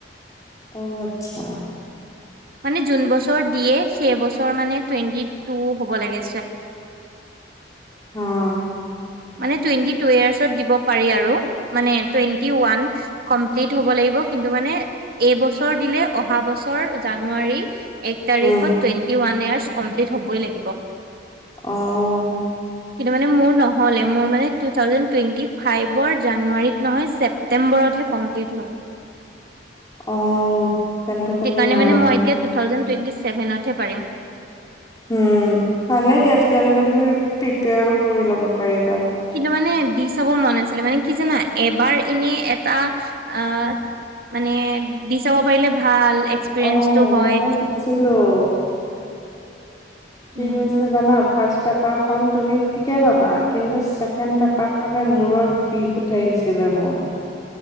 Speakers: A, on the left; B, on the right.
A: অঁ আচ্ছা
B: মানে জোন বছৰ দিয়ে সেই বছৰ মানে টুৱেণ্টি টু হব লাগে
A: হম
B: মানে টুৱেটি টু ইয়েৰচত দিব পাৰি আৰু মানে টুৱেন্টি ওৱান কম্পিল্ট হব লাগিব কিন্তু মানে এই বছৰ অহাবছৰ দিলে অহা বছৰ জানুৱাৰী এক তাৰিখত
A: উম
B: টুৱেণ্টি ওৱান এয়াৰ কম্পিল্ট হবই লাগিব
A: অহ।
B: কিন্তু মানে মোৰ ন হ'লে মোৰ মানে টু থাউজেন টুৱেণ্টি ফাইভৰ জানুৱাৰীত নহয় ছেপ্তেম্বৰতহে কমপ্লিট হ'ল।
A: অ'। তেন্তে তুমি
B: সেইকাৰণে
A: নোৱাৰি
B: মানে মই এতিয়া টু থাউজেণ্ড টুৱেন্টি চেভেনতহে পাৰিম।
A: উম, ভালে দিয়া তেতিয়ালৈকে তুমি প্ৰিপেয়াৰো কৰি ল'ব পাৰিবা।
B: কিন্তু মানে দি চাব মন আছিলে মানে কি জানা এবাৰ, এনে এটা আ, মানে দি চাব পাৰিলে ভাল। এক্সপিৰিয়েঞ্চটো
A: অ',
B: হয়
A: মই দিছিলোঁ। কি
B: উম
A: হৈছে জানা? ফাৰ্চ পেপাৰখন তুমি ঠিকে পাবা কিন্তু ছেকেণ্ড পেপাৰ
B: উম
A: খনে মূৰৰ বিষ উঠাই দিছিলে মোৰ।